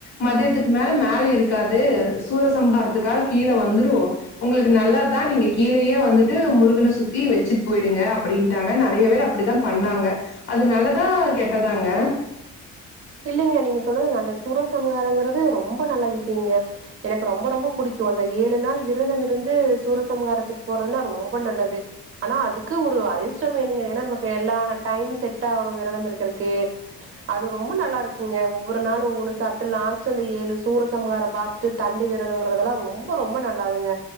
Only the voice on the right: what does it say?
இல்லைங்க நீங்க சொன்னது நல்ல சுரசம்ஹாரங்குறது ரொம்ப நல்ல விஷயங்க எனக்கு ரொம்ப ரொம்ப புடிக்கு அந்த ஏழு நாள் விரதமிருந்து சூரசம்ஹாரத்துக்கு போறதுன்னா ரொம்ப நல்லது ஆனா அதுக்கு ஒரு அதிர்ஷ்டம் வேணுங்க ஏனா நமக்கு எல்லான டைம் செட்டாவணும் விரதமிருக்குறக்கு ரொம்ப நல்லாருக்குங்க ஒவ்வொரு நாள் ஒவ்வொன்னு சாப்ட்டு லாஸ்ட் அந்த ஏழு சூரசம்ஹாரம் பாத்து து தண்டி வீரதோ உடறதெல்லா ரொம்ப ரொம்ப நல்லாதுங்க